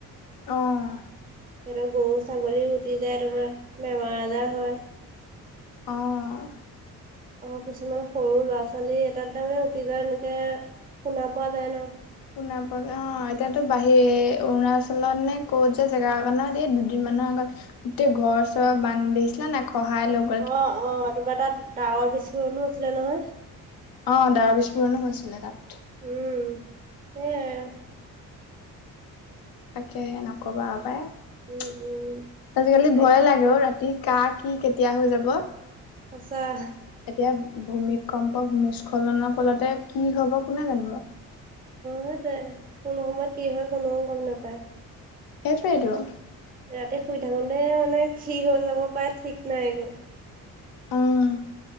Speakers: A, on the left; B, on the right.
A: অঁ।
B: সিহঁতৰ গৰু- ছাগলীও উটি যায় তোমাৰ বেমাৰ আজাৰ হয়।
A: অঁ।
B: আকৌ কিছুমান সৰু ল'ৰা - ছোৱালী এটাত তাৰ মানে উটি যোৱা এনেকে শুনা পোৱা যায় ন।
A: শুনা পোৱা যায়। অ, এতিয়াতো বাহিৰ অৰুণাচলত নে ক'ত যে জেগা একণত এই দুদিন মানৰ আগত গোটেই ঘৰ - চৰ বান্ধিছিলা নে নাই সহায় লগ
B: অ' অ' তোমাৰ তাত ডাৱৰ বিস্ফোৰণো হৈছিলে নহয়।
A: অ', ডাৱৰ বিস্ফোৰণো হৈছিলে তাত।
B: উম, সেয়াই আৰু।
A: তাকে সে নকবা আৰু পায়,
B: উম, উম।
A: আজিকালি
B: একো
A: ভয়ে লাগেও ৰাতি। কা কি কেতিয়া হৈ যাব।
B: সঁচাহ।
A: এতিয়া ভূমিকম্প, ভূমিস্খলনৰ ফলতে কি হ'ব কোনে জানিব?
B: সেইটোৱেই, কোন সময়ত কি হয় কোনোও গম নাপায়।
A: সেইটোৱেটো।
B: ৰাতি শুই থাকোতে মানে কি হৈ যাব পাৰে ঠিক নাই একো।
A: উম,